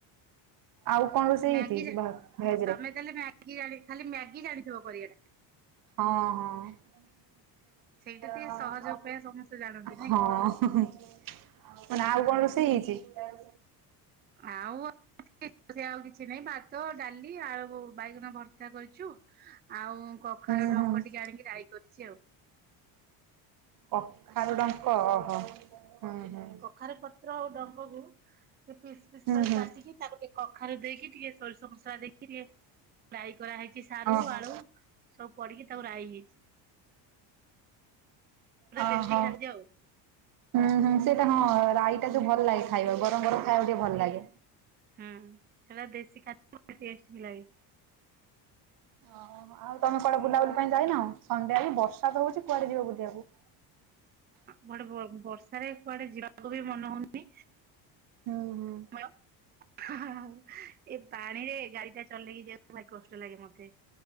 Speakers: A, on the right; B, on the right.
A: ଆଉ କଣ ରୋଷେଇ
B: ମ୍ୟାଗି
A: ହେଇଛି ଭା-ଭେଜ୍
B: ତମେ
A: ରେ?
B: <unintelligible> ଖାଲି ମ୍ୟାଗି ଜାଣିଥିବ କରଟା।
A: ହଁ ହଁ। ହଁ।
B: ସେଇଟା ଟିକେ ସହଜ ଉପାୟ ସମସ୍ତେ ଜାଣନ୍ତି ନାଇଁ କି?
A: କଣ ଆଉ
B: ଓହୋ
A: କଣ ରୋଷେଇ ହେଇଚି। ଗ
B: ଆଉ ସେ ଆଉ କିଛି ନାଇଁ ଭାତ ଡାଲି ଆଳୁ ବାଇଗଣ ଭର୍ତା କରିଚୁ ଆଉ କଖାରୁ
A: ହୁଁ
B: ଡଙ୍କ
A: ହୁଁ
B: ଟିକେ ଆଣିକି ରାଇ କରିଚି ଆଉ।
A: କଖାରୁ ଡଙ୍କ ଓହୋ ହୁଁ ହୁଁ।
B: କଖାରୁ ପତ୍ର ଆଉ ଡଙ୍କକୁ ଟି ପିସ୍ ପିସ୍
A: ହୁଁ
B: ପିସ୍
A: ହୁଁ
B: କାଟିକି ତାକୁ ଟିକେ କଖାରୁ ଦେଇକି ଟିକେ ସୋରିଷ ମସଲା ଦେଇକି ଟିକେ ରାଇ କରାହେଇଚି ସାରୁ
A: ଓହୋ
B: ଆଳୁ ସବୁ ପଡିକି ତାକୁ ରାଇ ହେଇଚି।
A: ଓ
B: ଦେଶୀ
A: ହୋ।
B: ଖାଦ୍ୟ ଆଉ
A: ହୁଁ ହୁଁ ସେଟା ହଁ ରାଇଟା ଯୋଉ ଭଲ ଲାଗେ ଖାଇବା ଗରମ ଗରମ ଖାଇବାକୁ ଟିକେ ଭଲ ଲାଗେ।
B: ହୁଁ ସେ ଦେଶୀ ଖାଦ୍ୟ ଟେଷ୍ଟ ବି ଲାଗେ।
A: ଓହୋ। ଆଉ ତମେ କୁଆଡ ବୁଲା ବୁଲି ପାଇଁ ଯାଇନ ସନ୍ଧ୍ୟା କୁ ବର୍ଷା ତ ହଉଚି କୁଆଡ଼େ ଯିବ ବୁଲିବାକୁ।
B: କୁଆଡେ ବର୍ଷାରେ କୁଆଡେ ଯିବାକୁ ବି ମନ ହଉନି।
A: ହୁଁ ହୁଁ
B: <unintelligible> ପାଣିରେ ଗାଡି ଟା ଚଲେଇକି ଯିବାକୁ ଭାରି କଷ୍ଟ ଲାଗେ ମତେ।